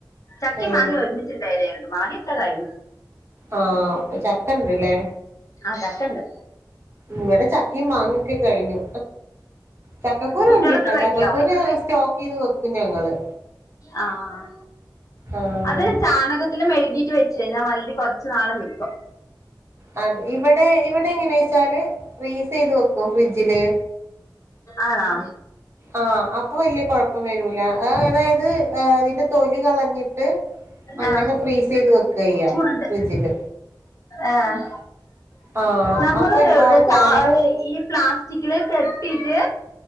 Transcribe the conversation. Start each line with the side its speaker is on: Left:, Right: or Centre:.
Left: ചക്കിം
Right: ഏ
Left: മാങ്ങിം ഒര്മിച്ചിണ്ടായ്തേനു മാങ്ങ്യൊക്കെ കയ്ഞ്ഞു.
Right: ആഹ് പ്പ ചക്കണ്ട് ലേ
Left: ആഹ് ചക്കണ്ട്
Right: ഇവിടെ ചക്കിം മാങ്ങക്കെ കഴിഞ്ഞു. ചക്കക്കുരു
Left: കുട്ടികളൊക്കെ
Right: ഇൻക്കിഷ്ടാ
Left: കഴിക്കോ
Right: ചക്കക്കുരു ഞങള് സ്റ്റോക്കീത് വെക്കും ഞങ്ങള്.
Left: ആഹ് ആ
Right: ആഹ്
Left: അത് ചാണക മെഴുകീട്ട് വെച്ച് <unintelligible> മല്ലി കൊർച്ച് നാള് നിക്കും.
Right: അ ഇവടെ ഇവടെ എങ്ങനേച്ചാല് ഫ്രീസെയ്ത് വെക്കും ഫ്രിഡ്ജില്.
Left: ആണോ?
Right: ആഹ് അപ്പൊ വല്ല്യെ കൊഴപ്പം വരൂല ആ അതായത് ഏ അതിന്റെ തൊലി കളഞ്ഞിട്ട് അങ്ങനെ
Left: ആഹ്
Right: ഫ്രീസെയ്ത് വെക്കാ എയ്യാ
Left: ചൂടുണ്ട്
Right: ഫ്രിഡ്ജില്
Left: ആഹ്
Right: ആഹ്
Left: നമ്മള്
Right: അപ്പൊ ഒരുപാട്
Left: ഇവിടെ ച
Right: കാലം
Left: ഈ പ്ലാസ്റ്റിക്കില് കെട്ടിട്ട്